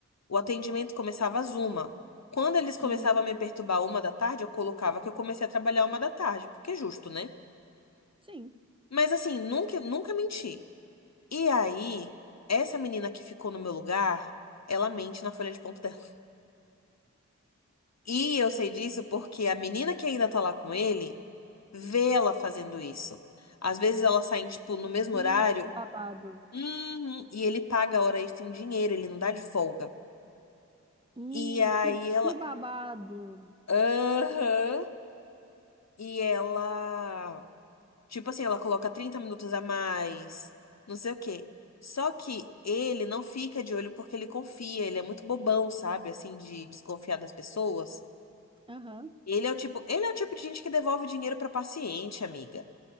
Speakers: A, on the left (about 60°); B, on the right (about 15°).
A: O atendimento começava às uma. Quando eles começavam
B: uhum,
A: a me perturbar uma da tarde, eu colocava que eu comecei a trabalhar uma da tarde, porque é justo, né?
B: sim.
A: Mas assim, nunca, nunca menti. E aí, essa menina que ficou no meu lugar, ela mente na folha de ponto dela. <laughs> E eu sei disso porque a menina que ainda tá lá com ele, vê ela fazendo isso. Às vezes elas saem, tipo, no mesmo
B: Que
A: horário
B: babado.
A: Uhum. E ele paga a hora extra em dinheiro, ele não dá de folga.
B: Hum,
A: E aí
B: que,
A: ela.
B: que babado.
A: Aham. E ela. Tipo assim, ela coloca 30 minutos a mais, não sei o quê. Só que ele não fica de olho porque ele confia, ele é muito bobão, sabe? Assim, de desconfiar das pessoas.
B: Aham.
A: Ele é o tipo, ele é o tipo de gente que devolve dinheiro pra paciente, amiga.